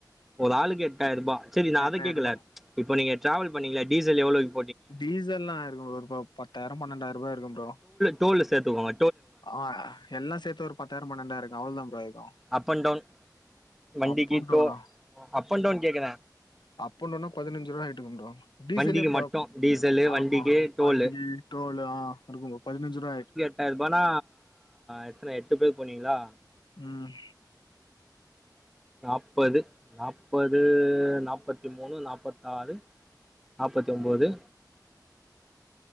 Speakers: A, in the centre; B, on the left.
A: ஒரு ஆளுக்கு எட்டாயிர் ரூபா சரி நா
B: எட்டாயிரூபா
A: அத கேக்கல இப்ப நீங்க ட்ராவல் பண்ணீங்ல டீசல் எவ்ளோத்
B: டீசல்லா ஆயிருக்கு ப்ரோ இப்போ பத்தாயிரம் பண்ணெண்டாயிர் ரூபா ஆயிருக்கு ப்ரோ
A: டோல்லு சேத்துக்கொங்க
B: ஆ எல்லா சேத்து ஒரு பத்தாயிரம் பண்ணெண்டாயிருக்கு அவ்ளோதா ப்ரோ ஆயிருக்கு
A: அப் அண்ட் டவுன் வண்டிக்கி
B: அப் அண்ட் டவுனா
A: டோ அப் அண்ட் டவுன் கேக்குற
B: அப்போனுனா பதினஞ்சு ரூவா ஆய்ட்டுருக்கும்டா டீசலே
A: வண்டிக்கு
B: ப
A: மட்டு டீசலு
B: ஆமா
A: வண்டிக்கு டோலு
B: வண்டி ட்ரோலு ஆ இருக்குங்கோ பதினஞ்சுரூவா ஆயிர்க்கு
A: ட்டாயிரூபானா எத்தன எட்டு பேர் போனீங்களா
B: ம்
A: நாப்பது நாப்பது நாப்பத்தி மூணு நாப்பத்தாறு நாப்பத்தொம்போது